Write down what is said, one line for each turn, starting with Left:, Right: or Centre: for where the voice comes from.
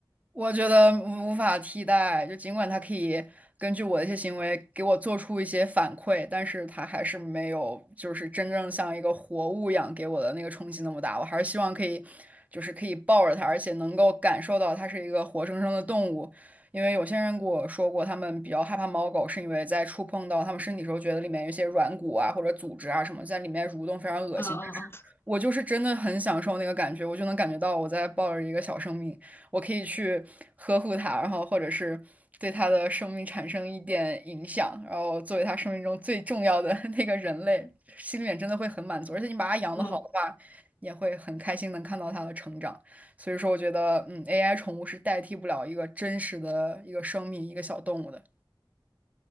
Right: 我觉得无法替代，就尽管它可以根据我的一些行为给我做出一些反馈，但是它还是没有就是真正像一个活物一样给我的那个冲击那么大。我还是希望可以，就是可以抱着它，而且能够感受到它是一个活生生的动物。因为有些人跟我说过，他们比较害怕猫狗，是因为在触碰到他们身体的时候，觉得里面有一些软骨啊或者组织啊什么在里面蠕动，非常恶心。
Left: 嗯嗯
Right: 我就是真的很享受那个感觉，我就能感觉到我在抱着一个小生命，我可以去呵护它，然后或者是对它的生命产生一点影响，然后作为它生命中最重要的 <laughs> 那个人类，心里面真的会很满足。而且你把它养得好的话，
Left: 嗯
Right: 也会很开心能看到它的成长。所以说，我觉得，嗯，AI 宠物是代替不了一个真实的一个生命，一个小动物的。